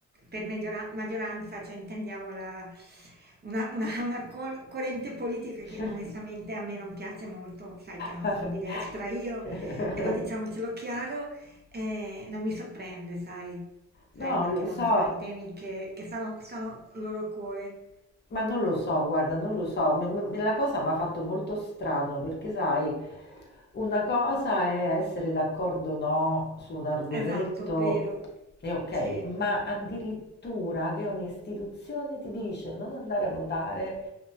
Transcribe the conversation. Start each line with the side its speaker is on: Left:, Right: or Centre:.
Right: per maggiora- maggioranza, cioè intendiamo la- una, una- una cor- corrente politica che
Left: <laughs>
Right: onestamente a me non piace molto, sai che non
Left: Vabbè.
Right: sono di destra io,
Left: <laughs>
Right: e lo diciamocelo chiaro, eh, non mi sorprende, sai, sai,
Left: No,
Right: perché
Left: lo
Right: non
Left: so,
Right: sono i temi che, che stanno, stanno al loro cuore.
Left: Ma non lo so, guarda, non lo so, me- me- la cosa mi ha fatto molto strano perché, sai, una cosa è essere d'accordo o no su un argomento
Right: Esatto, vero,
Left: e ok,
Right: sì,
Left: ma addirittura che un'istituzione ti dice non andare a votare,